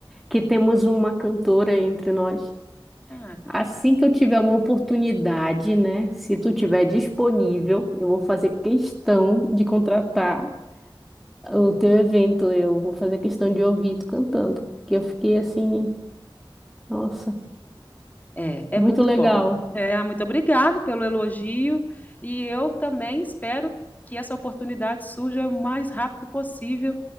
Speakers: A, in the centre; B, on the left.
A: que temos uma cantora entre nós.
B: Ah,
A: Assim que eu tiver uma oportunidade, né? Se tu tiver disponível, eu vou fazer questão de contratar o teu evento. Eu vou fazer questão de ouvir tu cantando. Que eu fiquei assim, nossa,
B: É, é
A: é
B: muito
A: muito legal.
B: bom. É, ah, muito obrigado pelo elogio e eu também espero que essa oportunidade surja o mais rápido possível,